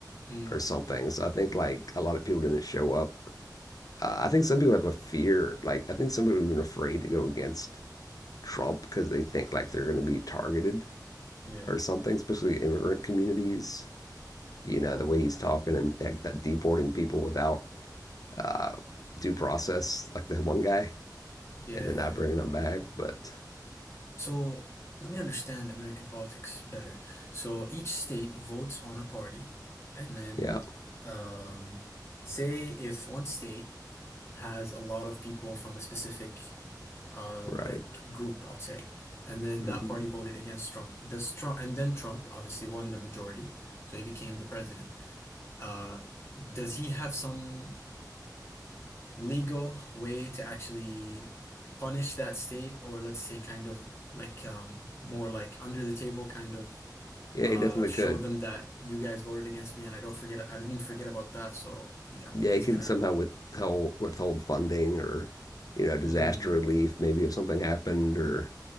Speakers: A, on the left; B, on the left.
A: Mm,
B: or something. So I think like a lot of people didn't show up. Uh, I think some people have a fear, like I think some people have been afraid to go against Trump because they think like they're going to be targeted
A: yeah.
B: or something, especially immigrant communities. You know,
A: Oh,
B: the way he's talking and like, that deporting people without uh, due process, like the one guy
A: yeah.
B: and then
A: yeah,
B: not
A: yeah.
B: bringing them back. But
A: So let me understand American politics better. So each state votes on a party, and then
B: yeah,
A: um, say if one state has a lot of people from a specific uh
B: right.
A: like group, I'd say. And then
B: hmm
A: that party voted against Trump. Does Trump and then Trump obviously won the majority, so he became the president. Uh, does he have some legal way to actually punish that state, or let's say kind of like um more like under the table kind of
B: Yeah,
A: uh
B: he definitely
A: show
B: could.
A: them that you guys voted against me and I don't forget I didn't forget about that, so he, I'm,
B: Yeah,
A: he's
B: he could
A: gonna
B: somehow withhold withhold funding or you know disaster
A: mm,
B: relief maybe if something happened or